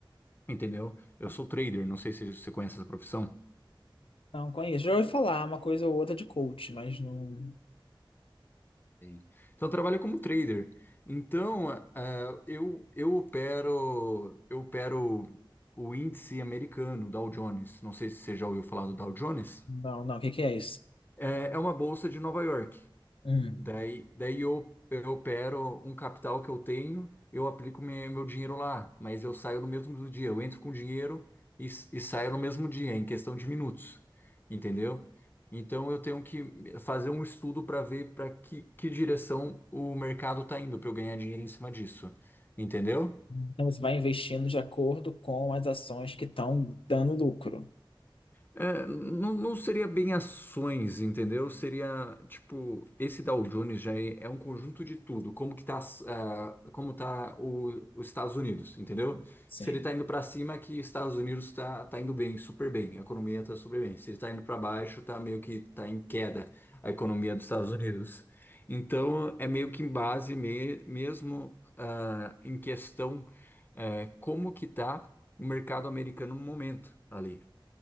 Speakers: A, on the left (about 25°); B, on the left (about 85°).
A: entendeu? Eu sou trader, não sei se você conhece essa profissão.
B: Não conheço. Já ouvi falar uma coisa ou outra de coach, mas não...
A: Sim. Então, eu trabalho como trader. Então, ah, eu, eu opero eu opero o índice americano, Dow Jones. Não sei se você já ouviu falar do Dow Jones.
B: Não, não. O que que é isso?
A: É, é uma bolsa de Nova York.
B: Hum.
A: Daí, daí eu, eu opero um capital que eu tenho, eu aplico me- meu dinheiro lá, mas eu saio no mesmo dia. Eu entro com dinheiro e, s- e saio no mesmo dia, em questão de minutos, entendeu? Então eu tenho que fazer um estudo para ver para que, que direção o mercado está indo, para eu ganhar dinheiro em cima disso, entendeu?
B: Então, você vai investindo de acordo com as ações que estão dando lucro.
A: É, não, não seria bem ações, entendeu? Seria, tipo, esse Dow Jones já é, é um conjunto de tudo. Como que tá, as- ah, como tá o- os Estados Unidos, entendeu?
B: Sim.
A: Se ele tá indo para cima, é que Estados Unidos tá, tá indo bem, super bem. A economia tá super bem. Se ele tá indo para baixo, tá meio que tá em queda a economia dos Estados Unidos. Então, é meio que em base me- mesmo, ah, em questão, eh, como que tá o mercado americano no momento ali